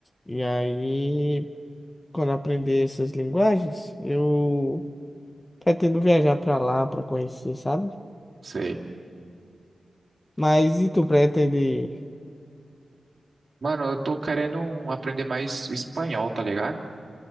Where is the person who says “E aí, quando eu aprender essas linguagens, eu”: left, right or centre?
Left